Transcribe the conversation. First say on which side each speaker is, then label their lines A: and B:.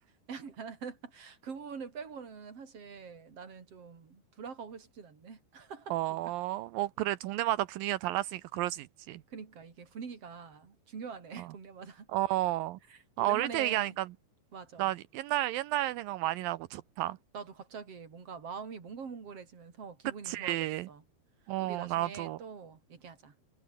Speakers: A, on the right; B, on the right.
A: <laughs> 그분을 부 빼고는 사실 나는 좀 돌아가고 싶진 않네. <laughs>
B: 어,
A: 뭔가.
B: 뭐 그래. 동네마다 분위기가 달랐으니까 그럴 수 있지.
A: 그러니까 이게 분위기가 중요하네, <laughs>
B: 어,
A: 동네마다.
B: 어.
A: 오랜만에,
B: 아, 어릴 때 얘기하니까
A: 맞아.
B: 나 옛날, 옛날 생각 많이 나고 좋다.
A: 나도 갑자기 뭔가 마음이 몽글몽글해지면서 기분이
B: 그치?
A: 좋아졌어.
B: 어,
A: 우리 나중에
B: 나도.
A: 또 얘기하자.